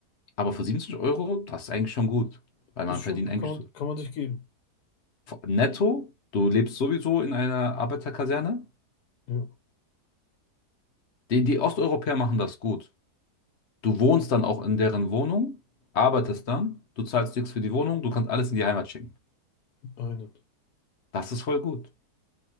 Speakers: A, on the left; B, on the left.
A: Aber für 27 Euro, das ist eigentlich schon gut. Weil
B: Ist
A: man
B: schon,
A: verdient eigentlich
B: kann man,
A: so
B: kann man sich geben.
A: netto, du lebst sowieso in einer Arbeiterkaserne.
B: Ja,
A: Die, die Osteuropäer machen das gut. Du wohnst dann auch in deren Wohnung, arbeitest dann, du zahlst nichts für die Wohnung, du kannst alles in die Heimat schicken.
B: einen,
A: Das ist voll gut.